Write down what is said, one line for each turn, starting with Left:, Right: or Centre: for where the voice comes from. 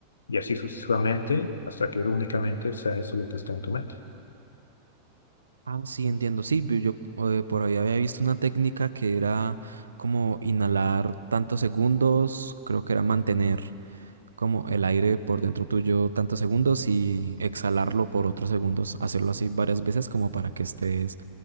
Left: y así sucesivamente hasta que únicamente sea eso lo que está en tu mente.
Right: Ah, sí, entiendo. Sí, vi- yo eh, por ahí había visto una técnica que era como inhalar tantos segundos, creo que era mantener como el aire por dentro tuyo tantos segundos y exhalarlo por otros segundos, hacerlo así varias veces como para que estés,